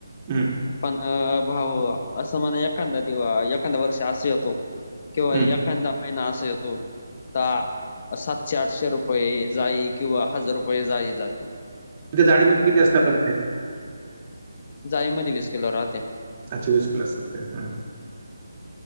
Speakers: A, on the right (about 35°); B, on the left (about 40°).
A: हम्म.
B: पण भाऊ असं म्हणा एखांदा दिव एखांद वर्ष असे येतो- किंवा
A: हम्म.
B: एखांदा महिना असा येतो का सातशे आठशे रुपये येईल. जाळी किंवा हजार रुपये जाळी जातील.
A: त्या जाळीमध्ये किती असतात टमाटे?
B: जाळी मध्ये वीस किलो राहत्या.
A: अच्छा वीस किलो असतात का हा?